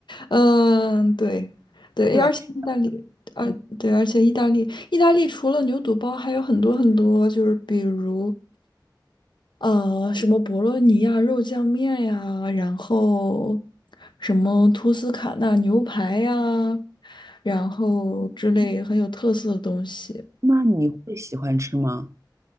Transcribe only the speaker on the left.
嗯，对，对，
而且意大利，而对，而且意大利，意大利除了牛肚包，还有很多很多，就是比如呃，什么博洛尼亚肉酱面呀，然后什么托斯卡纳牛排呀，然后之类很有特色的东西。